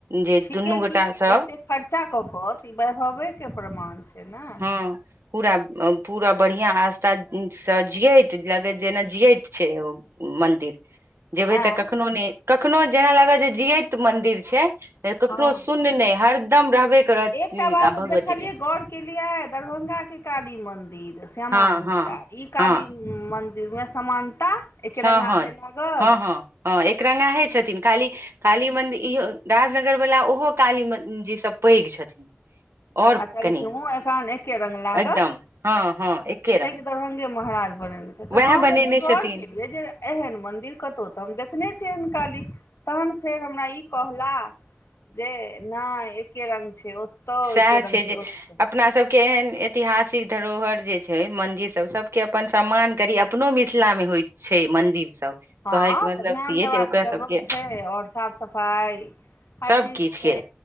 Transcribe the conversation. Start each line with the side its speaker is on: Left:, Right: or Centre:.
Right: जे
Left: ठीके
Right: दुनू गोटा
Left: की
Right: सब
Left: एते खर्चा कऽ कऽ त ई बैभवे के प्रमाण छै न।
Right: हँ। पूरा पूरा बढ़ियां आस्था से जियैत लगै जेना जियैत छै ओ। मंन्दिर जेबै
Left: आँ
Right: तऽ कखनो नहि कखनो जेना लागत जे जियैत मन्दिर छै। कखनो
Left: हँ
Right: सुन नहि हरदम रहबे। करत
Left: एकटा बात
Right: आ भगवती
Left: देखलियै
Right: के
Left: गौर। <unintelligible> केलिये दरभंगा के काली मंदिर श्यामा
Right: हँ
Left: मंदिर
Right: हँ
Left: आर ई काली
Right: हँ
Left: मन्दिरमे समानता एकेरङ्गा
Right: साहन
Left: हे लागल।
Right: हँ हँ हँ एकरंगाहे छथिन खाली काली मन्दिर ईहो राजनगर वला ओहो काली म जी सब। पैघ छथिन। और
Left: अच्छा
Right: कनि
Left: लेकिन मुँह आ कान एके रंग लागल।
Right: एकदम हँ हँ एके
Left: दरभंगे
Right: रंग
Left: महाराज बनेने छथि तऽ
Right: वएह
Left: हम
Right: बनेने
Left: एकर
Right: छथिन
Left: गौर केलियै जे एहन मंदिर कतौ तऽ हम देखने छिय एहन काली तहन फेर हमरा ई कहला जे नहि एके रंग छै ओतौ
Right: सएह
Left: एके रंग
Right: जे
Left: छै ओतो।
Right: अपना सबके एहन ऐतिहासिक धरोहर जे छै मन्दिर सब सबके अपन सम्मान करी। अपनो मिथिला मे होय छै मंदिर सब।
Left: हँ
Right: कहै के मतलब
Left: तऽ ध्यान
Right: से
Left: देबाक
Right: छै ओकरा
Left: जरूरत
Right: सबके
Left: छै आओर साफ सफाइ हर
Right: सब
Left: चीज
Right: किछ
Left: छै,
Right: के